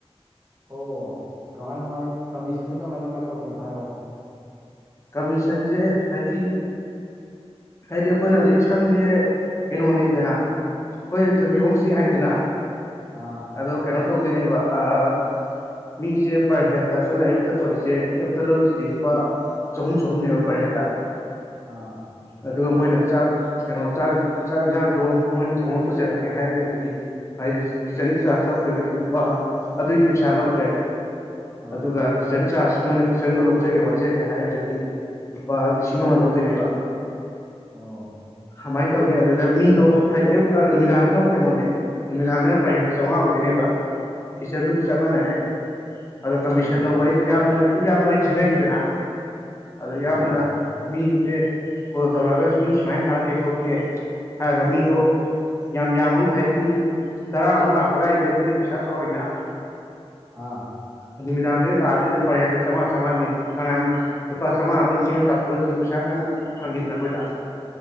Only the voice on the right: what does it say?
ꯑꯣ ꯀꯃꯥꯏ ꯀꯃꯥꯏ ꯀꯃꯤꯁꯟꯗꯣ ꯀꯃꯥꯏ ꯀꯃꯥꯏ ꯇꯧꯒꯦ ꯑꯝꯇ ꯍꯥꯏꯔꯛꯑꯣ
ꯑꯥ
ꯑꯥ
ꯑꯣ
ꯑꯣ
ꯎꯝ
ꯑꯥ
ꯑꯥ